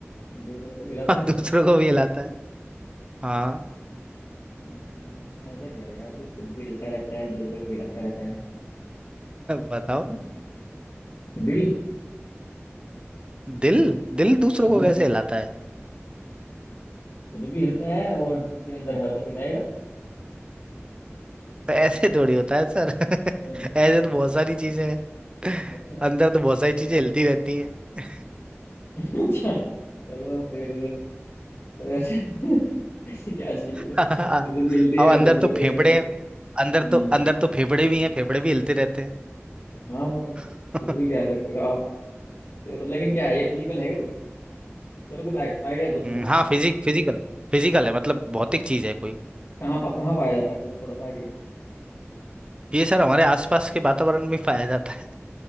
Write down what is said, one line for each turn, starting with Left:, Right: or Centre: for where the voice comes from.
Left: दूसरों को भी हिलाता
Right: और
Left: है
Right: दूसरों को भी हिलाता है हाँ
Left: हम्म, ऐसा क्या है यार जो खुद भी हिलता रहता है दूसरों को भी हिलाता रहता है
Right: बताओ
Left: हम्म, दिल
Right: दिल दिल दूसरों
Left: हम्म
Right: को कैसे हिलाता है
Left: खुद भी हिलता है और जिसके अंदर है उसे भी हिलाएगा
Right: तो ऐसे थोड़ी होता है सर <laughs>
Left: और-
Right: ऐसे तो बहुत सारी चीजें हैं
Left: अच्छा <laughs>
Right: अंदर तो बहुत सारी चीजें हिलती रहती हैं
Left: अच्छा चलो फिर तो ऐसे <laughs> ऐसे क्या चाहिए जो
Right: <laughs>
Left: खुद ही हिलती
Right: अब
Left: है
Right: अंदर
Left: और दूसरों
Right: तो
Left: को
Right: फेफड़े
Left: हिलाती है
Right: हैं
Left: हम्म
Right: अंदर तो अंदर तो फेफड़े भी हैं फेफड़े भी हिलते रहते हैं
Left: हाँ मैं
Right: <laughs>
Left: वो भी कह सकते हो आप चलो लेकिन क्या है ये फिजिकल है क्या कुछ चलो कुछ आइडिया दो
Right: हम्म,
Left: थोड़ा सा
Right: हाँ
Left: यार
Right: फिजिक फिजिकल फिजिकल है मतलब भौतिक चीज है कोई
Left: कहाँ पा, कहाँ पाया जाता है कुछ थोड़ा सा आइडिया
Right: ये सर हमारे आसपास के वातावरण में पाया जाता है